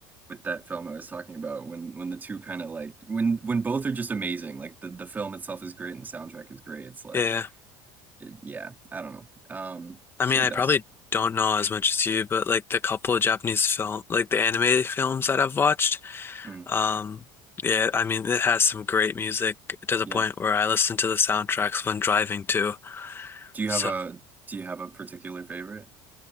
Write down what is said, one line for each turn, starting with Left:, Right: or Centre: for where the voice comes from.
Right: with that film I was talking about, when when the two kind of like when when both are just amazing, like the the film itself is great and the soundtrack is great. It's like,
Left: Yeah.
Right: it- yeah, I don't know, um,
Left: I
Right: just
Left: mean,
Right: like
Left: I
Right: that's,
Left: probably don't know as much as you, but like the couple of Japanese film, like the anime films that I've watched.
Right: mm,
Left: Um, yeah, I mean, it has some great music to the
Right: yeah.
Left: point where I listen to the soundtracks when driving too.
Right: Do you
Left: So,
Right: have a do you have a particular favorite?